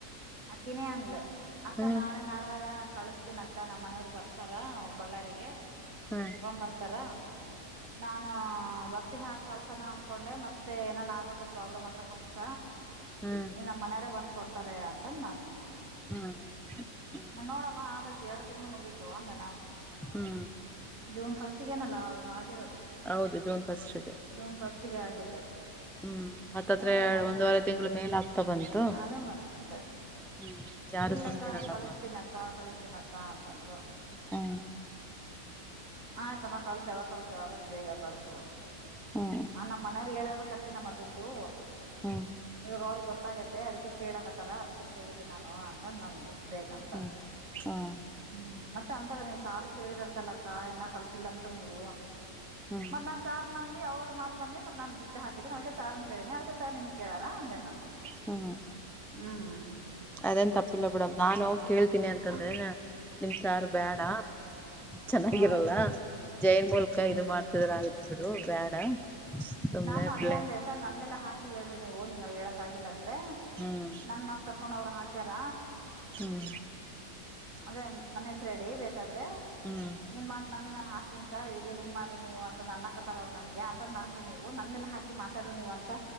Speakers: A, on the right; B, in the centre.
A: ಅಕ್ಕಿನೇ ಅಂದಲ ಅಕ್ಕ
B: ಹ್ಮ್
A: ನಾಳೆ ನಾಡ್ದಾಗ ಕಳಸ್ತೀನಕ್ಕ ನಮ್ಮ ಮನೆಯವ್ರು ಬರ್ತಾರ ಬಳ್ಳಾರಿಗೆ
B: ಹ್ಮ
A: ಬರ್ತಾರ ನಾನು ಬಸ್ಗೆ ಹಾಕ್ ಕಳ್ಸೋಣ ಅನ್ಕೊಂಡೆ ಮತ್ ಮತ್ತೆ ಏನನ್ ಆಗ್ಬಿಟ್ರ ಪ್ರಾಬ್ಲಮ್ ಆದ್ರ ಕಷ್ಟ
B: ಹ್ಮ್
A: ನಮ್ಮ್ ಮನೆಯವರೇ ಬಂದ್ ಕೊಡ್ತಾರೆ ಅಂತಂದ ನಂದ
B: ಹ್ಮ್ ಹ್ಮ್
A: ನೋಡಮ್ಮ ಆದ್ರ ಎರಡ್ ತಿಂಗಳು ಮುಗೀತು ಅಂದ ನಾನ
B: ಹ್ಮ್
A: ಜೂನ್ ಫಸ್ಟ್ಗ ಅಲ್ಲ ಆಗಿರೋದು
B: ಹೌದು ಜೂನ್ ಫಸ್ಟ್ಗೆ
A: ಜೂನ್ ಫಸ್ಟ್ಗೆ ಆಗಿದ್ದು
B: ಹ್ಮ್ ಹತ್ತತ್ರ
A: ನೋಡಮ್ಮ
B: ಒಂದೂವರೆ ತಿಂಗಳ ಮೇಲ್ ಆಗ್ತಾ ಬಂತು
A: ಅದೇ ಮತ್ತೆ
B: ಹ್ಮ್ ಯಾರು
A: ಇಲ್ಲಕ್ಕ
B: ಸುಮ್ನಿರಲ್ಲಮ್ಮ
A: ಕಳಸ್ತೀನಕ್ಕ ಕಳಿಸತೀನಕ್ಕ ಅಂತ ಅಂದ್ಲು
B: ಹ್ಮ
A: ಆಯ್ತಮ್ಮ ಕಳ್ಸ ಯಾವಾಗ ಕಳ್ಸತಿ ಆದಷ್ಟು ಬೇಗ ಕಳ್ಸು
B: ಹಾ
A: ನಮ್ಮ ಮನೆಯವ್ರಿಗೆ ಹೇಳಾರದ ಕಟ್ಟತೀನಿ ಅಮ್ಮ ದುಡ್ಡು
B: ಹ್ಮ್
A: ಇವಾಗ ಅವ್ರಿಗೆ ಗೊತ್ತಾಗೈತೆ ಅದಕ್ಕೆ ಕೇಳಕತ್ತಾರ ಅದಕ್ಕೆ ಕೇಳಿದ್ದು ನಾನು ಅಂತ ನಂದ ಬೇಕಂತ
B: ಹ್ಮ್ ಹ್ಮ್
A: ಹ್ಮ್ ಮತ್ತೆ ಅಂತಾಳ ನೀವ್ ಸರ್ಗೆ ಕೇಳಿರಂತಲ್ಲ ಏನ ಕಳ್ಸಿಲ್ಲ ಅಂತಂದು
B: ಹ್ಮ
A: ಮತ್ತ ನನ್ ಸಾರ್ ನಂಬಿ ಅವ್ರರು ಮಾತ ನಂಬಿ ಮತ್ತ ನಾನು ದುಡ್ಡು ಹಾಕಿದ್ದೆ ಅದಕ್ಕೆ ಸರ್ನ ಕೇಳಿನಿ ಅದಕ್ಕೆ ಸರ್ ನಿಮಗ್ ಕೇಳಾರ ಅಂದೇ ನಮ
B: ಹಾ
A: ಹ್ಮ್
B: ಅದೇನ್ ತಪ್ಪಿಲ್ಲ ಬಿಡಮ್ ನಾನು ಹೋಗಿ ಕೇಳ್ತೀನಿ ಅಂತಂದ್ರೇನ
A: ಹಾಂ
B: ನಿಮ್ಮ ಸರು ಬ್ಯಾಡ ಚೆನ್ನಾಗಿರಲ್ಲ
A: ಹಾಂ
B: ಜೈನ್ ಮೂಲಕ
A: ಹ್ಞೂ
B: ಇದು ಮಾಡ್ತೀನಿ ಆಗತ್ ಬಿಡು ಬೇಡ ಸುಮ್ನೆ
A: ನಾನ್ ಅದೇ
B: ಬಿಳೆ
A: ಅಂದೇ ಸರ್ ನನ್ ಮೇಲೆ ಹಾಕಿ ಹೇಳ್ರಿ ನೀವು ನಿಮಗ ಹೇಳಕ್ ಆಗಿಲ್ಲ ಅಂದ್ರೆ
B: ಹ್ಮ್
A: ನನ್ನ ಮಾತ ಕಟ್ಕೊಂಡ ಅವರು ಹಾಕ್ಯಾರ
B: ಹ್ಮ್
A: ಅದೇ ನನ್ನ ಹೆಸರು ಹೇಳಿ ಬೇಕಾದ್ರೆ
B: ಹ್ಮ್
A: ನಿಮ್ಮ್ ಮಾತ ಹಾಕೀಿ ಸರ್ ಇದೇನ್ ಹಿಂಗ ಮಾಡ್ದೆ ನೀವು ಅಂತ ನನ್ನ ಹಕ್ಕತ್ತಾರ ಅವರು ನನಗೆ ಅಂತ ನನ ನೀವು ನನ್ನೇಲೆ ಹಾಕಿ ಮಾತಾಡ್ರಿ ನೀವ ಅಂತ